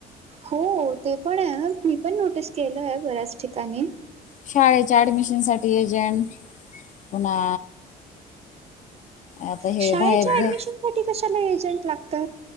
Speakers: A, on the right (about 35°); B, on the left (about 50°).
A: हो ते पण आहे हा मी पण नोटीस केलंय बऱ्याच ठिकाणी.
B: शाळेच्या ऍडमिशन साठी एजंट पुन्हा आता हे
A: शाळेच्या
B: बाहेर घर
A: ऍडमिशन साठी कशाला एजंट लागतात?